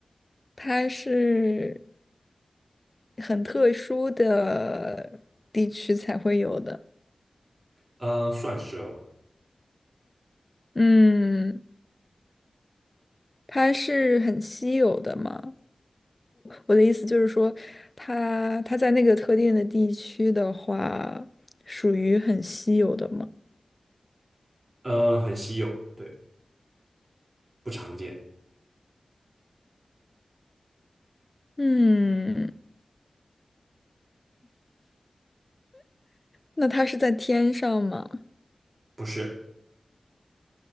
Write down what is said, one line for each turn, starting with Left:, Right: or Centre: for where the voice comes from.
Left: 它是。很特殊的地区才会有的。
Right: 呃，算是哦，
Left: 嗯，它是很稀有的嘛？我的意思就是说，它它在那个特定的地区的话，属于很稀有的嘛？
Right: 呃，很稀有，对，不常见，
Left: 嗯，那它是在天上吗？
Right: 不是。